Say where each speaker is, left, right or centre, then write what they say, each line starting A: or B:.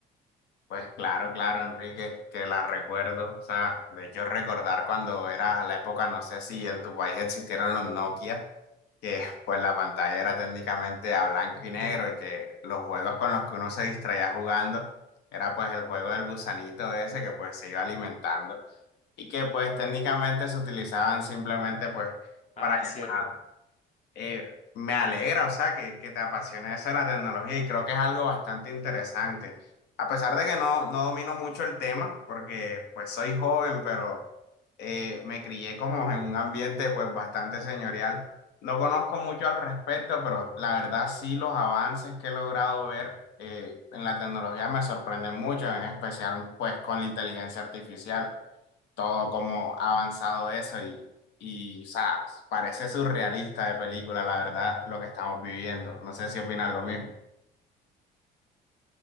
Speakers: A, on the left; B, on the left.
A: Pues claro, claro, Enrique, que la recuerdo. O sea, de hecho recordar cuando era la época, no sé si en tu país existieron los Nokia, que pues la pantalla era técnicamente a blanco
B: Ujú.
A: y negro y que los juegos con los que uno se distraía jugando era pues el juego del gusanito ese que pues se iba alimentando y que pues técnicamente se utilizaban simplemente pues
B: Ah,
A: para
B: es
A: llamadas.
B: cierto.
A: Eh, me alegra, o sea, que, que te apasione eso de la tecnología y creo que es algo bastante interesante. A pesar de que no, no domino mucho el tema, porque pues soy joven, pero eh, me crié como en un ambiente pues bastante señorial. No conozco mucho al respecto, pero la verdad sí los avances que he logrado ver eh, en la tecnología me sorprenden mucho, en especial pues con la inteligencia artificial todo cómo ha avanzado eso y, y, o sea, parece surrealista de película, la verdad, lo que estamos viviendo. No sé si opinas lo mismo.